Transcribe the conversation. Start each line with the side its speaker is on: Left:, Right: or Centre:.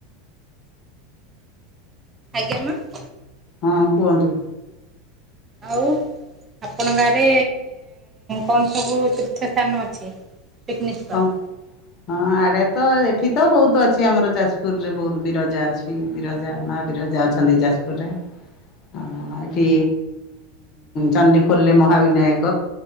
Right: ଆଜ୍ଞା ମାମ?
Left: ହଁ କୁହନ୍ତୁ?
Right: ଆଉ। ଆପଣ ଗାଁରେ କଣ ସବୁ ତୀର୍ଥସ୍ଥାନ ଅଛି ପିକନିକ ସ୍ପଟ୍?
Left: କଣ ହଁ ଆଡେ ତ ଏଠି ତ ବହୁତ ଅଛି ଆମର ଯାଜପୁର ରେ ବହୁତ ବିରଜା ଅଛି। ବି ବିରଜା ମା ବିରଜା ଅଛନ୍ତି ଯାଜପୁରରେ। ହଁ ଏଠି ଚଣ୍ଡୀ ଖୋଲିଲେ ମହାବିନାୟକ